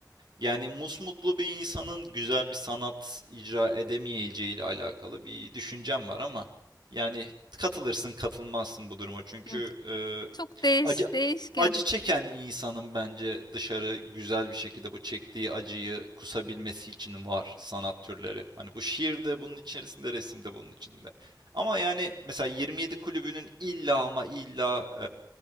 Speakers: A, on the right; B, on the left.
A: Yani musmutlu bir insanın güzel bir sanat icra edemeyeceği ile alakalı bir düşüncem var ama yani katılırsın katılmazsın bu duruma. Çünkü
B: hı.
A: e,
B: Çok değiş,
A: acı
B: değişken.
A: acı çeken insanın bence dışarı güzel bir şekilde bu çektiği acıyı kusabilmesi için var sanat türleri. Hani bu şiir de bunun içerisinde, resim de bunun içinde. Ama yani mesela 27 kulübünün illa ama illa